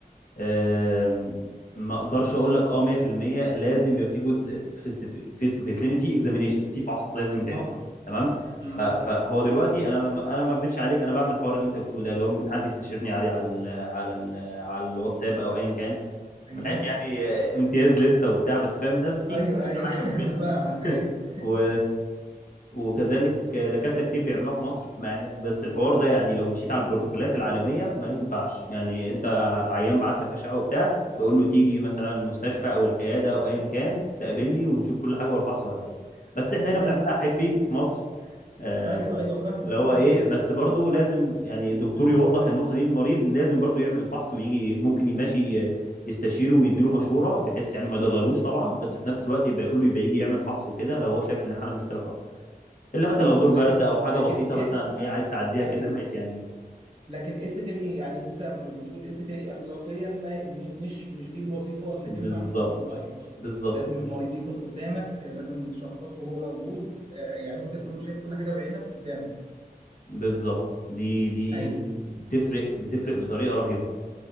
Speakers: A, on the left (about 60°); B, on the right (about 30°).
A: آم، ما اقدرش اقول لك اه 100% لازم يبقى في جزء فيس تو فيس لان في اكزامينيشن في فحص لازم يتعمل
B: اه
A: تمام
B: مم.
A: ف- فهو دلوقتي انا انا ما اكذبش عليك انا بعمل الحوار اللي انت بتقوله ده اللي هو ممكن حد يستشيرني عادي على ال على ال على الواتساب او ايا كان
B: ايوه
A: مع ان يعني آه، امتياز لسه وبتاع بس فاهم الناس بتيجي
B: ايوه
A: كده
B: ايوه
A: بالعشم
B: <laughs>
A: وكده.
B: انا فاهمك
A: <laughs>
B: ايوه
A: و... وكذلك دكاترة كتير بيعملوها في مصر مع... بس الحوار ده يعني لو مشيت على البروتوكولات العالمية ما ينفعش يعني انت عيان بعت لك أشعة وبتاع تقول له تيجي مثلا المستشفى او العيادة او ايا كان تقابلني ونشوف كل حاجة والفحص وهكذا بس احنا هنا
B: ايوه
A: بنعملها حبي في مصر آه،
B: ايوه ايوه فاهمك
A: اللي هو
B: فاهمك
A: ايه بس برضو لازم يعني الدكتور يوضح النقطه دي للمريض إن لازم برضو يعمل الفحص ويجي ممكن يمشي يستشيره ويديله مشوره بحيث يعني ما يضللوش طبعا بس في نفس الوقت يبقى يقول له يبقى يجي يعمل فحص وكده لو هو شايف ان الحاله مش سالبه اصلا
B: بالظبط
A: الا مثلا لو دور
B: لكن
A: برد او حاجه
B: لكن
A: بسيطه
B: إيه
A: مثلا ايه عايز تعديها
B: ايوه
A: كده ماشي يعني
B: لكن ايثيكالي يعني انت بتقول ايثيكالي اخلاقيا ما م- مش مش دي الوظيفه اللي
A: بالظبط
B: تنفع تكون اونلاين
A: بالظبط
B: لازم المريض يكون قدامك لازم تشخصه وهو موجود آه، يعني انت تكون شايف كل حاجه بعينك قدامك
A: بالظبط دي دي
B: ايوه
A: بتفرق بتفرق بطريقه رهيبه